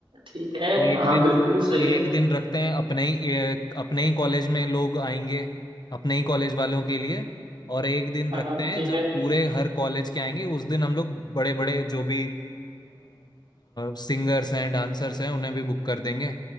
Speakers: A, on the right; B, on the left.
A: ठीक है
B: एक
A: हाँ हाँ
B: दिन
A: बिल्कुल सही
B: एक
A: है
B: दिन रखते हैं अपने ही एक- अपने ही कॉलेज में लोग आएंगे अपने ही कॉलेज वालों के लिए और एक दिन
A: हाँ
B: रखते
A: हाँ
B: हैं
A: ठीक
B: जब
A: है
B: पूरे हर कॉलेज के आएंगे उस दिन हम लोग बड़े बड़े जो भी सिंगर्स हैं डांसर्स हैं उन्हें भी बुक कर देंगे